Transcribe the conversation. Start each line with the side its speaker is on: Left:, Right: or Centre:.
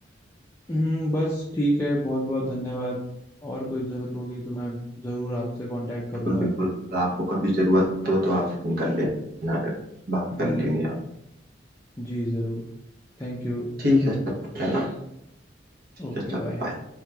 Left: हम्म, बस ठीक है बहुत बहुत धन्यवाद और कोई ज़रूरत होगी तो मैं ज़रूर आपसे कांटेक्ट करूंगा
Right: बिल्कुल बिल्कुल आपको कभी जरूरत हो तो आप फोन कर लेना फिर बात
Left: हम्म
Right: कर लेंगे
Left: जी ज़रूर Thank you
Right: ठीक है सर है ना ठीक
Left: Okay
Right: है सर
Left: bye
Right: बाय